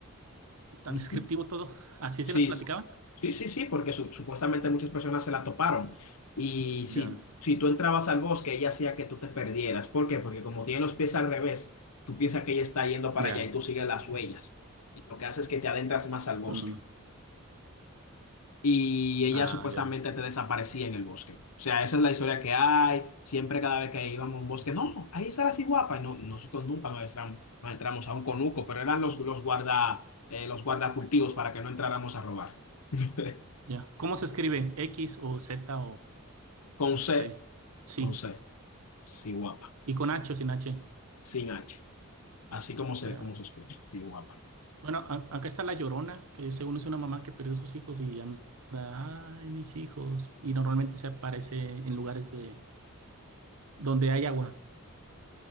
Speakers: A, on the right; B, on the left.
A: tan
B: Ujú.
A: descriptivo todo. ¿Así
B: Sí,
A: se las platicaban?
B: s- sí, sí, sí, porque su- supuestamente muchas personas se la toparon. Y si,
A: Ya,
B: si tú entrabas al bosque, ella hacía que tú te perdieras. ¿Por qué? Porque como tiene los pies al revés, tú piensas que ella está yendo para
A: ya.
B: allá y tú sigues las huellas. Y lo que hace es que te adentras más al bosque.
A: mm,
B: y ella
A: Ah,
B: supuestamente
A: ya.
B: te desaparecía en el bosque. O sea, esa es la historia que hay. Siempre cada vez que íbamos a un bosque, no, ahí está la guapa. Y no, nosotros nunca nos entramos, nos entramos a un conuco, pero eran los, los guarda, eh, los guardacultivos para que no entráramos a robar. <laughs>
A: Ya. ¿Cómo se escribe? ¿X o Z o,
B: Con
A: o
B: C,
A: C? Sí.
B: con C, sí, guapa,
A: ¿Y con H o sin H?
B: sin H. Así como se,
A: Ya.
B: como se escucha, sí, guapa.
A: Bueno, a- acá está La Llorona, que según es una mamá que pierde a sus hijos y anda, ay, mis hijos. Y normalmente se aparece en lugares de donde hay agua.